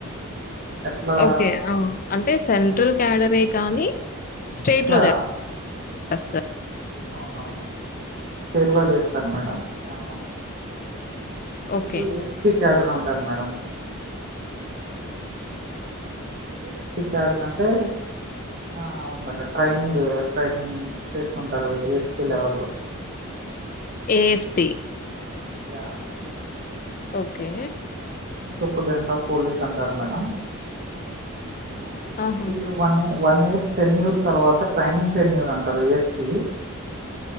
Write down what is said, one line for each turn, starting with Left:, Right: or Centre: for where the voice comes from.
Right: ఎట్లా
Left: ఓకే ఆ అంటే సెంట్రల్ క్యాడర్ కానీ స్టేట్
Right: యా
Left: లో జ రాస్
Right: అవునవును స్టేట్ లో చేస్తారు మేడం ఏమనా
Left: ఓకే.
Right: వీళ్ళు ఏస్పి క్యాడర్ అంటారు మేడం ఏస్పి చ అంటే ఆ అవును మేడం ట్రైనింగ్ ట్రైనింగ్ చేస్తుంటారు వీళ్ళు ఎస్పి లెవెల్ లో
Left: ఏఎస్పిి
Right: యా
Left: ఓకే
Right: సూపర్డెట్ ఆఫ్ పోలీస్ అంటారు మేడం ఆ
Left: ఆహా!
Right: వీళ్ళువన్ ఏ వన్ ఇయర్ టెన్యూర్ తర్వాత ట్రైనింగ్ టెన్టీన్యూర్ అంటారు ఎస్పి